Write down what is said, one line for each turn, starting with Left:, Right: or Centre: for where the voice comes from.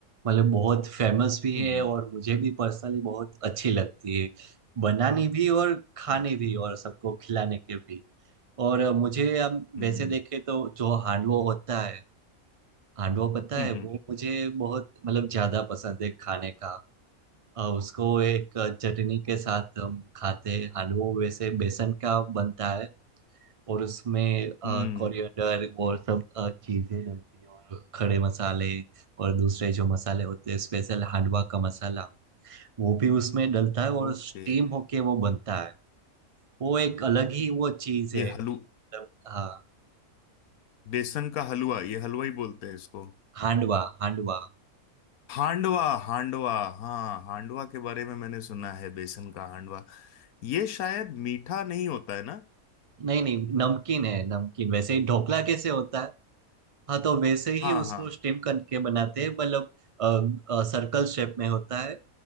Right: मतलब बहुत फेमस भी
Left: हम्म
Right: है और मुझे भी पर्सनली बहुत अच्छी लगती है बनानी भी और खाने
Left: हम्म
Right: भी और सबको खिलाने के भी और मुझे हम
Left: हम्म
Right: वैसे देखे तो जो हांडवो होता है हांडवा पता
Left: हम्म
Right: है वो मुझे बहुत मतलब ज्यादा पसंद है खाने का अ, उसको एक चटनी के साथ
Left: हाँ,
Right: हम खाते हैं हांडवा वैसे बेसन का बनता है और उसमें
Left: हम्म
Right: कोरिएंडर
Left: हम्म,
Right: और सब अ, चीजें डलती है और खड़े मसाले और दूसरे जो मसाले होते हैं स्पेशल हांडवा का मसाला वो भी उसमें डलता है
Left: ओके
Right: और स्टीम होके वो बनता है वो एक अलग ही वो चीज
Left: ये
Right: है मतलब
Left: हलू
Right: हाँ
Left: बेसन का हलवा ये हलवा ही बोलते हैं इसको
Right: हांडवा हांडवा
Left: हांडवा हांडवा हाँ हांडवा के बारे में मैंने सुना है बेसन का हांडवा ये शायद मीठा नहीं होता है ना
Right: नहीं नहीं नमकीन है नमकीन वैसे ही ढोकला कैसे होता है हाँ तो वैसे ही
Left: हाँ
Right: उसको
Left: हाँ
Right: स्टीम करके बनाते हैं मतलब सर्कल शेप में होता है